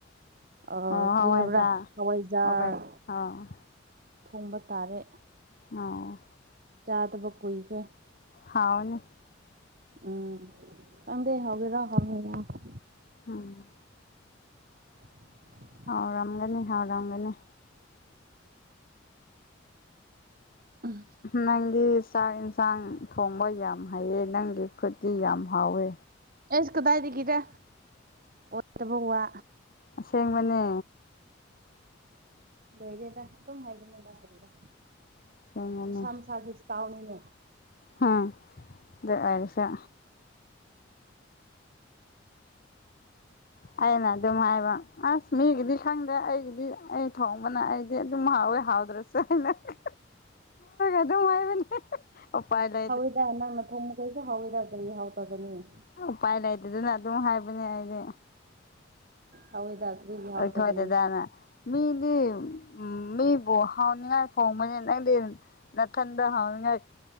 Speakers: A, on the right; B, on the left.
A: ꯑ
B: ꯑꯣ
A: ꯀꯔꯤ
B: ꯍꯋꯥꯏꯖꯥꯔ
A: ꯍꯥꯏꯕ꯭ꯔꯥ ꯍꯋꯥꯏꯖꯥꯔ
B: ꯍꯋꯥꯏꯖꯥ ꯑꯣ
A: ꯊꯣꯡꯕ ꯇꯥꯔꯦ
B: ꯑ
A: ꯆꯥꯗꯕ ꯀꯨꯏꯈ꯭ꯔꯦ
B: ꯍꯥꯎꯅꯤ
A: ꯎꯝ ꯈꯪꯗꯦ ꯍꯧꯖꯤꯛꯀꯟ <unintelligible>
B: ꯎꯝ
A: <inaudible>
B: ꯍꯥꯎꯔꯝꯒꯅꯤ ꯍꯥꯎꯔꯝꯒꯅꯤ
A: ꯎꯝ
B: ꯅꯪꯗꯤ ꯆꯥꯛ ꯏꯟꯁꯥꯡ ꯊꯣꯡꯕ ꯌꯥꯝ ꯍꯩꯌꯦ ꯅꯪꯒꯤ ꯈꯨꯠꯇꯤ ꯌꯥꯝ ꯍꯥꯎꯋꯦ꯫
A: ꯑꯩꯁ ꯀꯗꯥꯏꯗꯒꯤꯔ ꯑꯣꯏꯗꯕ ꯋꯥ
B: ꯑꯁꯦꯡꯕꯅꯦ
A: ꯂꯣꯏꯔꯦꯗ ꯑꯗꯨꯝ ꯍꯥꯏꯒꯅꯨꯗ
B: ꯑꯁꯦꯡꯕꯅꯦ
A: ꯃꯁꯥ ꯃꯁꯥꯒꯤ ꯏꯁꯇꯥꯏꯜꯅꯤꯅꯦ꯫
B: ꯎꯝ ꯍꯥꯏꯔꯤꯁ ꯑꯩꯅ ꯑꯗꯨꯝ ꯍꯥꯏꯕ ꯑꯁ ꯃꯤꯒꯤꯗꯤ ꯈꯪꯗ꯭ꯔꯦ ꯑꯩꯒꯤꯗꯤ ꯑꯩ ꯊꯣꯡꯕꯅ ꯑꯩꯗꯤ ꯑꯗꯨꯝ ꯍꯥꯎꯋꯦ ꯍꯥꯎꯗ꯭ꯔꯁꯨ ꯀ ꯑꯗꯨ ꯍꯥꯏꯥꯏꯕꯅꯦ ꯎꯥꯏ ꯂꯩ
A: ꯍꯥꯎꯋꯦꯗ ꯅꯪꯅ ꯊꯣꯡ ꯃꯈꯈꯣꯏꯁꯨ ꯍꯥꯎꯋꯦꯗ ꯗꯔꯤ ꯍꯥꯎ ꯇꯒꯅꯤ
B: ꯎꯄꯥꯏ ꯂꯩꯇꯦꯗꯅ ꯑꯗꯨꯝ ꯍꯥꯏꯕꯅꯦ ꯑꯩꯗꯤ
A: ꯍꯥꯎꯣꯏꯗ ꯀꯔꯤ ꯍꯥꯎ
B: ꯑꯩꯈꯣꯏ
A: ꯇꯗꯅꯤ
B: ꯗꯗꯥꯅ ꯃꯤꯗꯤ ꯎ ꯃꯤꯕꯨ ꯍꯥꯎꯅꯤꯉꯥꯏ ꯊꯣꯡꯕꯅꯤ ꯅꯪꯗꯤ ꯅ ꯊꯟꯗ ꯍ ꯏ